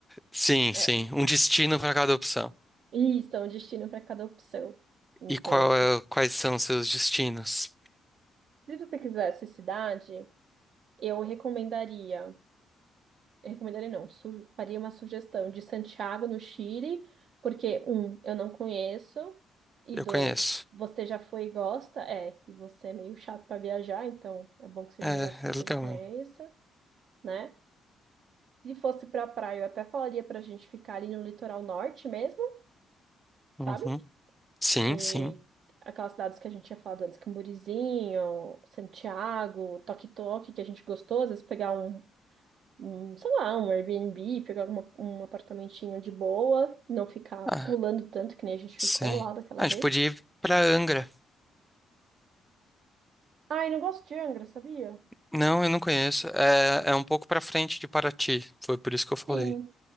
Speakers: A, in the centre; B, on the right.
A: Sim,
B: É,
A: sim, um destino pra cada opção.
B: isso, é um destino para cada opção. Então,
A: E qual
B: se
A: é-
B: você
A: quais são seus destinos?
B: se você quisesse cidade, eu recomendaria, eu recomendaria não, su- faria uma sugestão de Santiago, no Chile, porque, um, eu não conheço, e
A: Eu
B: dois,
A: conheço.
B: você já foi e gosta, é, e você é meio chato para viajar, então é bom que seja
A: É,
B: um lugar que você
A: é legal
B: já conheça.
A: mesmo.
B: né? Se fosse pra praia, eu até falaria pra gente ficar ali no litoral norte mesmo,
A: Uhum.
B: sabe?
A: Sim,
B: E
A: sim.
B: aquelas cidades que a gente tinha falado antes, Camburizinho, Santiago, Toque-Toque, que a gente gostou, às vezes pegar um, um, sei lá, um Airbnb, pegar alguma- um apartamentinho de boa, não ficar
A: Ah,
B: pulando tanto que nem a gente
A: sim.
B: ficou lá daquela
A: Ah,
B: vez.
A: a gente podia ir pra Angra.
B: Ai, não gosto de Angra, sabia?
A: Não, eu não conheço. É, é um pouco pra frente de Paraty. Foi por isso que eu falei.
B: Sim.